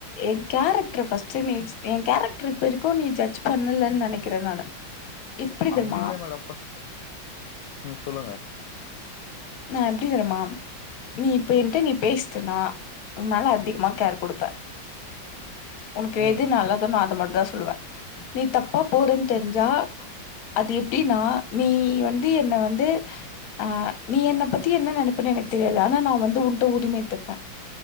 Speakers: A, on the left; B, on the left.
A: எ கேரக்ட்ர ஃபஸ்ட்டு நீ எ கேரக்ட்ரு இப்ப வரைக்கு நீ ஜட்ஜ் பண்ணலன் நெனைக்கிற நானு இப்டி
B: அப்டி
A: தெர்மா
B: இல்ல மேடம் ம் சொல்லுங்க
A: நா எப்டி தெரிமா நீ இப்ப என்ட்ட நீ பேசிட்டனா உ மேல அதிகமாக கேர் குடுப்பே உனக்கு
B: ம்
A: எது நல்லதோ நா அது மட்டு தா சொல்லுவே நீ தப்பா போறன் தெரிஞ்சா அது எப்டினா நீ வந்து என்ன வந்து அ நீ என்ன பத்தி என்ன நெனப்பனு எனக்கு தெரியாது ஆனா நா வந்து உன்ட்ட உரிம எட்த்துப்ப